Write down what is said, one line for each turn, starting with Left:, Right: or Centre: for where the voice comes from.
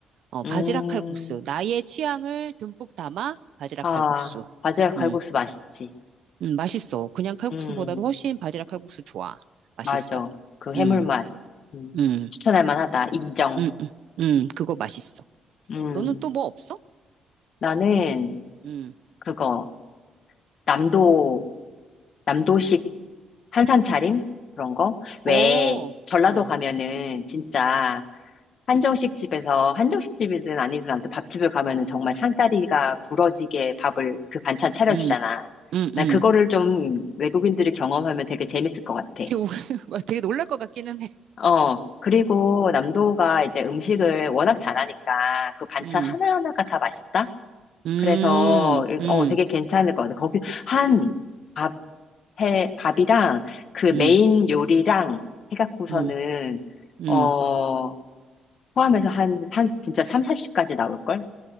Right: 어, 바지락
Left: 음.
Right: 칼국수. 나의 취향을 듬뿍 담아 바지락
Left: 아,
Right: 칼국수.
Left: 바지락 칼국수
Right: 음.
Left: 맛있지.
Right: 음, 맛있어. 그냥 칼국수보다도
Left: 응,
Right: 훨씬 바지락 칼국수 좋아. 맛있어.
Left: 맞아. 그 해물
Right: 음,
Left: 맛. 음,
Right: 음,
Left: 추천할 만하다. 인정.
Right: 음, 음, 음, 그거 맛있어.
Left: 응.
Right: 너는 또 뭐 없어?
Left: 나는
Right: 음,
Left: 그거, 남도 남도식 한상 차림? 그런 거? 왜
Right: 어, 어,
Left: 전라도
Right: 어,
Left: 가면은 진짜 한정식 집에서 한정식 집이든 아니든 아무튼 밥집을 가면은 정말 상다리가 부러지게 밥을 그 반찬 차려주잖아.
Right: 음, 음, 음.
Left: 난 그거를 좀 외국인들이 경험하면 되게 재밌을 것 같아.
Right: 되게, 우- <laughs> 막 되게 놀랄 것 같기는 해.
Left: 어, 그리고 남도가 이제 음식을
Right: 음,
Left: 워낙 잘하니까 그 반찬
Right: 음,
Left: 하나하나가 다 맛있다?
Right: 음,
Left: 그래서
Right: 음,
Left: 어 되게 괜찮을 것 같아. 거기 한 밥, 해, 밥이랑 그
Right: 음,
Left: 메인 요리랑 해갖고서는
Right: 음, 음.
Left: 어 포함해서 한, 한 진짜 3, 4십까지 나올걸?